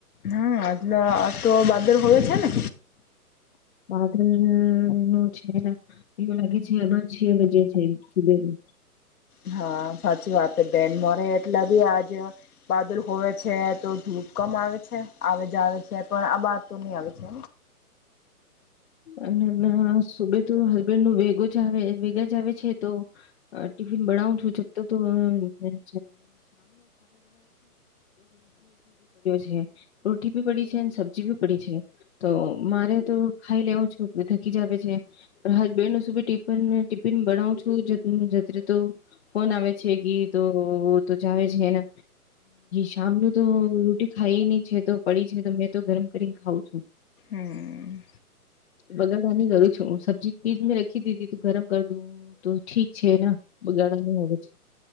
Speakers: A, on the left (about 70°); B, on the left (about 45°).
A: હા આજલા આ તો બારર હો છે ને.
B: વાદલ નું છે એવું લાગે છે આભાર છે વજે છે સુબેર. <unintelligible>
A: હા સાચી વાત બેન મોરે એટલા બી આજ બાદલ હોવે છે તો ધૂપ. કમ આવે છે આવે જ આવે છે પણ આ બા તો નહી આવે છે.
B: અને ના સુબે તો હસબેન્ડ નું વેગ જ વેગા જ આવે છે તો ટિફિન બ <unintelligible> છે રોટી બી પડી છે સબ્જી બી પડી છે તો મારે તો ખાઈ લેઉ છું થકી જ આવે છે. હસબન્ડ નું શુબે ટફ ટિફિન બનાવું છું. તો ફોન આવે છે કે તો તો જાવ છેને સામનું. તો રોટી ખાય નહી છે તો પડી છે તો મેં તો ગરમ કરીને ખાવઉ છું.
A: હમ્મ.
B: બગાડવાની કરું છું હું સબ્જીરીજ મેં રખી દીધી તું ગરમ કર દું તો ઠીક છે ને બગાડ. હોવે છે.